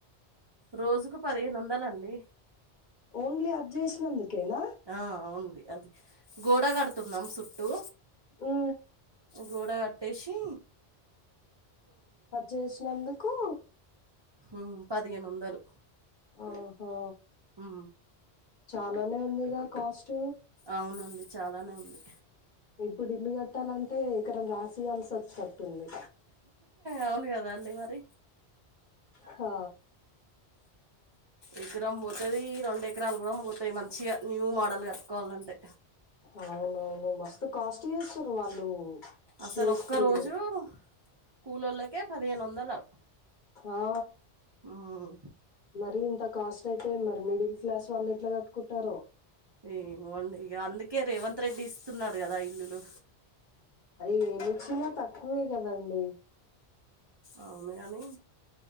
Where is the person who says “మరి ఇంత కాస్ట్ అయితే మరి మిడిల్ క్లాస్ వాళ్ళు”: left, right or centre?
Left